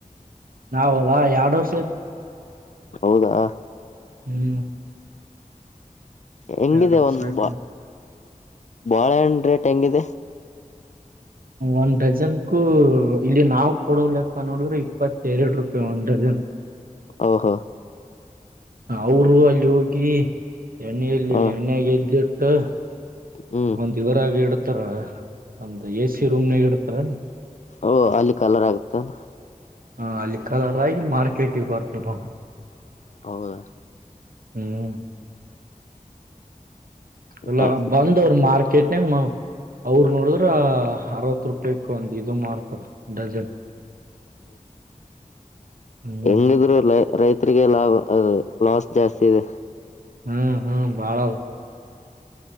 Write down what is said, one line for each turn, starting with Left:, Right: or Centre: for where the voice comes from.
Right: ನಾವ ಹದಾ ಎರಡ್ ವರ್ಷ
Left: ಹೌದಾ
Right: ಹ್ಮ್
Left: ಹೆಂಗಿದೆ
Right: ಎರಡ್ ವರ್ಷ
Left: ಒಂದ್
Right: ಆಯ್ತು
Left: ಬ ಬಾಳೆಹಣ್ ರೇಟ್ ಹೆಂಗಿದೆ
Right: ಒಂದ್ ಡಜನ್ಕೂ ಇಲ್ಲಿ ನಾವ್ ಕೊಡೋ ಲೆಕ್ಕ ನೋಡಿದ್ರೆ ಇಪ್ಪತ್ತ ಎರಡು ರೂಪಾಯಿ ಒಂದ್ ಡಜನ್
Left: ಓಹೋ
Right: ಅವರು ಅಲ್ಲಿ ಹೋಗಿ ಎಣ್ಣೆಯಲ್ಲಿ
Left: ಹ
Right: ಎಣ್ಣ ಗೆದ್ದಿಟ್ಟು
Left: ಹ್ಮ್
Right: ಒಂದ್ ಇವರಾಗ ಇಡ್ತಾರ ಒಂದು ಎ ಸಿ ರೂಮ್ನಾಗ ಇಡ್ತಾರ
Left: ಓಹ ಅಲ್ಲಿ ಕಲರ್ ಆಗ್ತದ
Right: ಹ ಅಲ್ಲಿ ಕಲರ್ ಆಗಿ ಮಾರ್ಕೆಟಿಗೆ ಬರ್ಬದು
Left: ಹೌದಾ
Right: ಹ್ಮ್ ಇಲ್ಲ
Left: ಹ
Right: ಬಂದ ಅವ್ರ ಮಾರ್ಕೆಟ್ ನಮ್ಮ ಅವರು ನೋಡಿದ್ರ ಅರವತ್ತು ರೂಪಾಯಕ್ ಒಂದು ಇದು ಮಾಡ್ತಾರ ಡಜನ್ ಹ್ಮ್
Left: ಎಂಗದುರ ಇಲ್ಲ ರೈತರಿಗೆ ಲಾಭ ಲಾಸ್ ಜಾಸ್ತಿ ಇದೆ
Right: ಹ್ಮ್ ಹ್ಮ್ ಬಾಳ